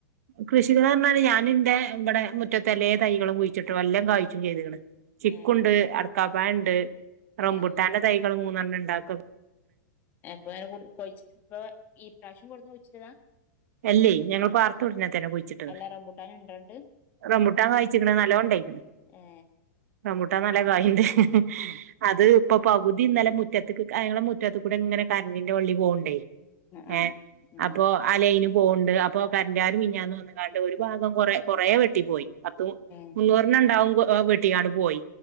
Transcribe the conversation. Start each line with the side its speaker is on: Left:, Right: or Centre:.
Right: കൃഷികൾ പറഞ്ഞാൽ ഞാൻ ഇന്റെ ഇവിടെ മുറ്റത്ത്എല്ലാ തൈകളും കുഴിച്ചിട്ടുഎല്ലാം കായ്ച്ചും ചെയ്ത്ക്ക് ണ്. ചിക്കുണ്ട്
Left: ഏഹ്
Right: അടക്കാപ്പായണ്ട് റംബുട്ടാന്റെ
Left: ഏഹ്
Right: തൈകള് മൂന്നെണ്ണം ഉണ്ട് അതൊക്കെ
Left: എപ്പ കൊഴിച്ച് ഇപ്പൊ ഈ പ്രാവിശ്യം കൊടുഞ്ഞ് കുഴിച്ചിട്ടതാ.
Right: അല്ലേ ഞങ്ങള് പാർത്ത ഉടനെ തന്നെ കുഴിച്ചിട്ടത്താ
Left: അല്ല റംബൂട്ടാൻ ഇണ്ടോണ്ട്
Right: റംബുട്ടാൻകഴിച്ച്ക്ക്ണനല്ല. നല്ലോണ്ടയ്ക്ക്ണ്.
Left: ഏ.
Right: റമ്പൂട്ടാൻനല്ല കായ്ണ്ട് അത് ഇപ്പ പൗ ദ്ധി ഇന്നലെ മുറ്റത്ത്ക്ക് അങ്ങളെ മുറ്റത്ത് കൂടി ഇങ്ങനെ കറന്റിന്റെ വള്ളി പോക്ണ്ടേ.
Left: ആഹ്
Right: ഏ
Left: ഉം
Right: അപ്പൊ അ ലൈനും. പോക്ണ്ട് അപ്പൊ കാന്റർ മിഞ്ഞാന്ന് വന്ന്കാണ്ട് ഒരു ഭാഗംകൊറേ കൊറേ വെട്ടി പോയി. പത്ത് മു
Left: ഏഹ്
Right: മുന്നൂർണ്ണം ഉണ്ടാവും വെട്ടിക്കാണ്ട്പോയി.